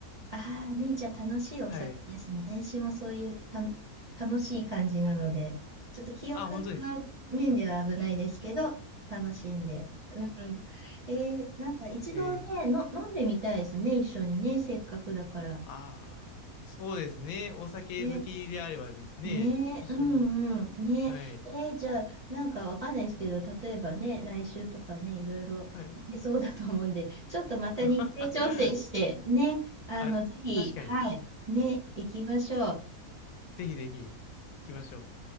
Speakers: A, on the right; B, on the left.
A: ああ、ね、じゃあ楽しいお酒ですね。
B: はい。
A: 私もそういうたの楽しい感じなので、ちょっと記憶の面では危ないですけど、
B: あ、本当ですか。
A: 楽しんで。うんうん。えーなんか一度ね、
B: へえ
A: の、飲んでみたいですね、一緒にね、せっかくだから。
B: ああ、そうですね。お酒好きであればですね、
A: ねねえ、
B: 一緒に。
A: うんうん。ねえ、
B: はい。
A: えーじゃあ、なんかわかんないですけど、例えばね、来週とかね、いろいろいけそうだと思うんで、
B: はい。
A: ちょっとまた日程調整して、
B: <laughs>
A: ね、あの、
B: あ、
A: ぜひ、
B: 確かに。
A: はい、ね、行きましょう。
B: ぜひぜひ行きましょう。